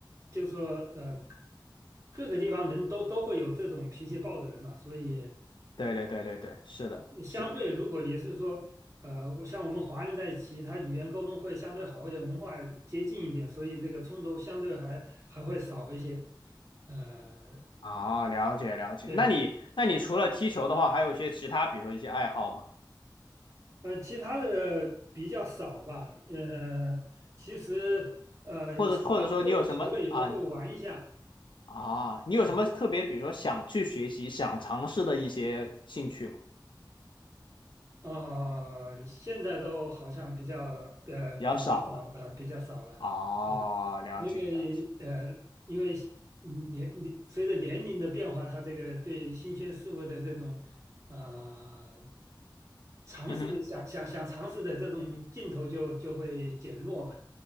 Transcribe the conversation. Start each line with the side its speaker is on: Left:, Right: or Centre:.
Right: 就说呃各各个地方人都都会有这种脾气暴的人嘛，所以
Left: 对对对对对，是的，
Right: 你相对，
Left: 是的。
Right: 如果你是说，呃，我像我们华人在一起，他语言沟通会相对好一点，文化接近一点，所以这个冲突相对还还会少一些。呃，
Left: 啊，了解了解。
Right: 对，
Left: 那你那你除了踢球的话，还有一些其他，比如说一些爱好吗？
Right: 呃，其他的比较少吧。呃，其实呃，
Left: 或者或者说你有什么啊？
Right: 其他的各种球类也都会玩一下。
Left: 啊，你有什么特别，
Right: 啊
Left: 比如说想去学习、想尝试的一些兴趣吗？
Right: 啊呃，现在都好像比较呃比较少了啊，
Left: 比较少了。
Right: 比较少了。
Left: 哦，
Right: 嗯。
Left: 了解了解。
Right: 那个呃，因为嗯年年随着年龄的变化，他这个对新鲜事物的这种呃尝试，
Left: 嗯哼，
Right: 想想想尝试的这种劲头就就会减弱嘛。